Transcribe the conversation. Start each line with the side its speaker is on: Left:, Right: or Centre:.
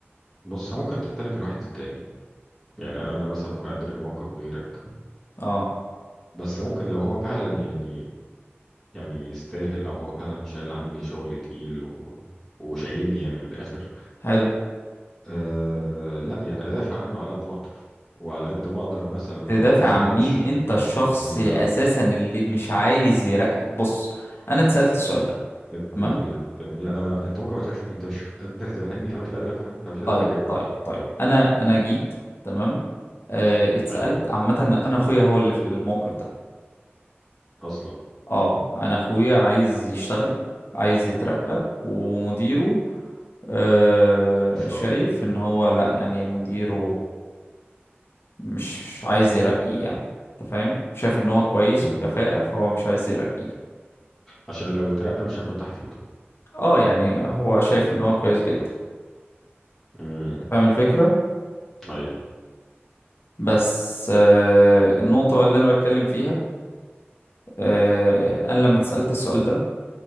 Centre: بص ممكن تختلف من واحد للتاني يعني انا مثلا ممكن ادير الموقف غيرك
Left: اه
Centre: بس ممكن لو هو فعلا يعني يعني يستاهل او هو فعلا شايل عني شغل تقيل و... وشايلني يعني من الاخر
Left: حلو
Centre: أه لا يعني ادافع عنه على قد ما اقدر وعلى قد ما اقدر مثلا لو
Left: تدافع
Centre: خلاص
Left: عن
Centre: اللي انا
Left: مين
Centre: مش
Left: انت الشخص
Centre: الا
Left: اساسا اللي مش عايز يرقي بص انا اتسالت السؤال ده
Centre: يا
Left: تمام
Centre: دنيله يا دنيله انا انت ممكن ما تبقاش انت مش قادر تفهمني فانا مش قادر افهم فمش قادر
Left: طيب
Centre: اجاوب
Left: طيب طيب انا انا جيت تمام آه اتسألت
Centre: حلو
Left: عامة انا اخويا هو اللي في الموقف ده
Centre: اصلا
Left: اه انا اخويا عايز يشتغل عايز يترقى ومديره آه
Centre: مش
Left: شايف
Centre: راضي
Left: ان هو لا يعني مديره مش عايز يرقيه يعني انت فاهم شايف ان هو كويس
Centre: مم.
Left: وكفاءة فهو مش عايز يرقيه
Centre: عشان لو اترقى مش هكون تحت ايده
Left: اه يعني هو شايف ان هو كويس جدا
Centre: مم.
Left: فاهم الفكرة
Centre: ايوه
Left: بس آه النقطة بقى اللي انا بتكلم فيها آه، انا لما اتسألت السؤال ده